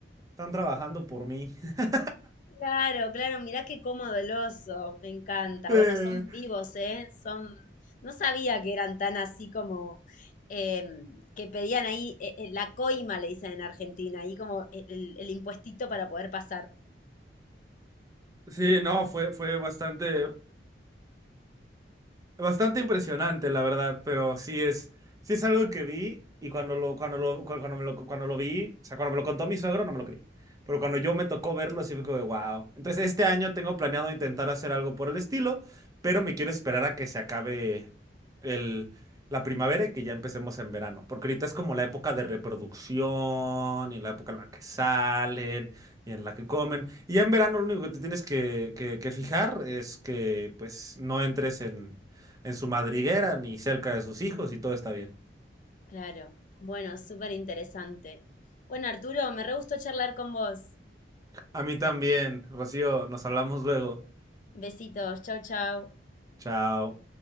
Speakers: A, on the right; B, on the left.
A: están trabajando por mí. <laughs>
B: claro, claro, mirá qué cómodo el oso, me encanta.
A: Eh,
B: Bueno, son vivos, ¿eh? Son, no sabía que eran tan así como eh, que pedían ahí eh, eh, la coima, le dicen en Argentina, ahí como eh, el, el impuestito para poder pasar.
A: sí, no, fue, fue bastante. Bastante impresionante, la verdad, pero sí es, sí es algo que vi y cuando lo, cuando lo, cu- cuando me lo, cuando lo vi, o sea, cuando me lo contó mi suegro no me lo creí, pero cuando yo me tocó verlo sí fue como de wow. Entonces este año tengo planeado intentar hacer algo por el estilo, pero me quiero esperar a que se acabe el, la primavera y que ya empecemos en verano, porque ahorita es como la época de reproducción y la época en la que salen y en la que comen. Y ya en verano lo único que te tienes que, que que fijar es que pues no entres en en su madriguera ni cerca de sus hijos y todo está bien.
B: Claro. Bueno, súper interesante. Bueno, Arturo, me re gustó charlar con vos.
A: A mí también, Rocío, nos hablamos luego.
B: Besitos, chau, chau.
A: Chao.